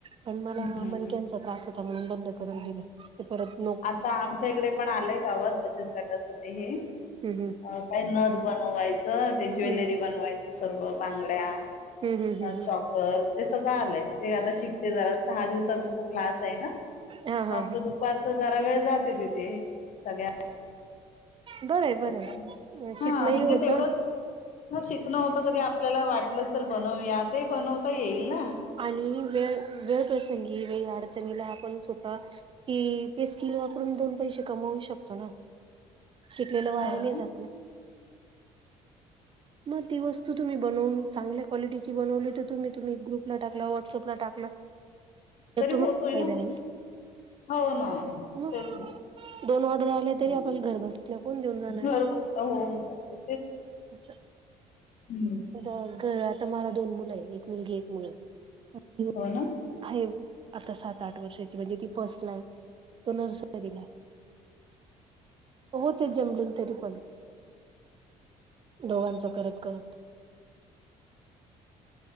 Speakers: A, on the right; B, on the left.
A: पण मला
B: हं.
A: मणक्यांचा त्रास होता म्हणून बंद करून दिलं परत
B: आता आमच्या इकडे पण आलंय गावात बचत गटाचं ते हे
A: हम्म
B: अ काही नद बनवायचं ते ज्वेलरी
A: हम्म
B: बनवायचं सर्व बांगड्या
A: हम्म हम्म हम्म हम्म
B: चॉकर ते सगळं आलंय ते आता शिकते जरा सहा दिवसात तो क्लास आहे ना मग
A: हा हा
B: आपलं
A: हा
B: दुपारचं जरा वेळ जाते तिथे सगळ्या
A: बरंय
B: एकत्र
A: बरंय
B: हा
A: शिकणंही
B: म्हणजे
A: होतं
B: तेवढंच ह शिकणं होत कधी आपल्याला वाटलं असेल बनवूया ते बनवता येईल ना
A: आणि वेळ वेळपसंगी वेळी अडचणीला आपण स्वतः ती ते स्किल वापरून दोन पैसे कमवू शकतो ना शिकलेलं वाय
B: हो
A: नाही
B: ना
A: जातऽ मगी वस्तू तुम्ही बनवून, चांगल्या क्वालिटी बनवली तर तुम्ही त गूऽ ला टाकला, व्हॉटसअपला टाकला, तर
B: तरी
A: तुम्हाला
B: होतोय
A: फायदा आहे ना.
B: हो ना,
A: मग
B: तेच ना,
A: दोन ऑर्डर आले
B: हम्म
A: तरी,, आपल्याला घर बसल्या कोण देऊन जाणार,
B: घर बसलं होऊन जाते
A: अच्छा,
B: हम्.
A: आ घर, आता मला दोन मुलं आहे, एक मुलगी एक मुलगा. ओके
B: हो ना?
A: आहे आता सात आठ वर्षाची. म्हणजे ती फर्स्टलाए. तो नर्सरीलाये. हो ते जमलेून तरी पण. दोघांच करत, करत.